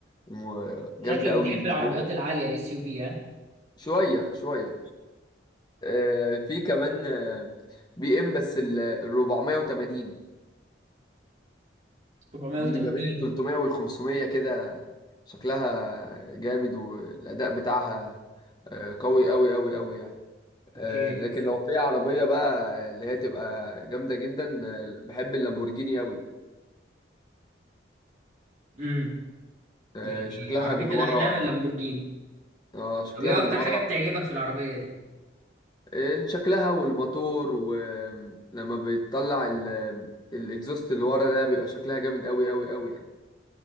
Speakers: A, on the left; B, on the right.
A: وجامدة
B: شكلك
A: قوي
B: بتحب
A: من
B: العربيات
A: جوه
B: العالية الاس يو في ها
A: شوية شوية أه في كمان آه، بي ام بس ال 480
B: 480
A: دي ما بين ال 300 وال 500 كده شكلها جامد والأداء بتاعها آه، قوي قوي قوي قوي يعني
B: اوكي
A: آه، لكن لو في عربية بقى اللي هي تبقى جامدة جدا آه، بحب اللامبورجيني قوي
B: امم
A: آه،
B: يعني
A: شكلها
B: عربية
A: من ورا
B: الأحلام اللامبورجيني
A: اه شكلها
B: طب ايه
A: من
B: أكتر
A: ورا
B: حاجة بتعجبك في العربية دي؟
A: آه، شكلها والموتور ولما بيطلع ال- الاكزوست اللي ورا ده بيبقى شكلها جامد قوي قوي قوي